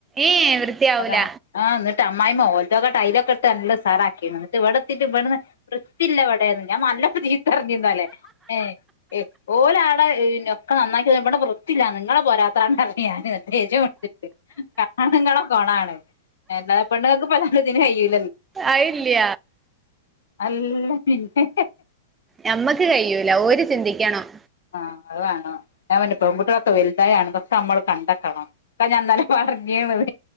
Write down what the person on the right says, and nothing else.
ഏ വൃത്തിയാവൂല
അയില്ല
നമ്മക്ക് കഴിയൂല ഓര് ചിന്തിക്കണം